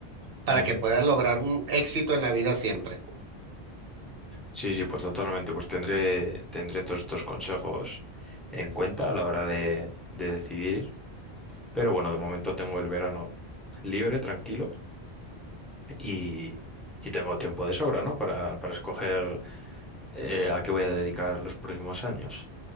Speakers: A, on the right; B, in the centre.
A: para
B: Ujú.
A: que puedas lograr un éxito en la vida siempre.
B: Sí, sí, pues totalmente, pues tendré, tendré todos estos consejos en cuenta a la hora de, de decidir. Pero bueno, de momento tengo el verano libre, tranquilo, y, y tengo tiempo de sobra, ¿no? Para, para escoger eh, a qué voy a dedicar los próximos años.